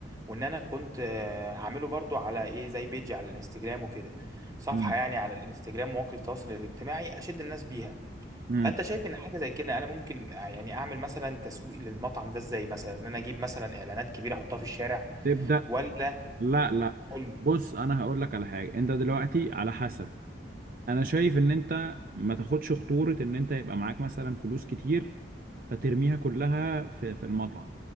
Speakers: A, on the right; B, on the right.
A: وان انا كنت آه، هعمله برضو على ايه زي بيجي على الانستجرام وكده صفحة
B: امم
A: يعني على الانستجرام مواقع التواصل الاجتماعي اشد الناس بيها
B: امم
A: فانت شايف ان حاجة زي كده انا ممكن يعني اعمل مثلا تسويق للمطعم ده ازاي مثلا ان انا اجيب مثلا اعلانات كبيرة احطها في الشارع
B: تبدأ
A: ولا
B: لا لا
A: قول لي
B: بص انا هقول لك على حاجة انت دلوقتي على حسب انا شايف ان انت ما تاخدش خطورة ان انت يبقى معاك مثلا فلوس كتير فترميها كلها في في المطعم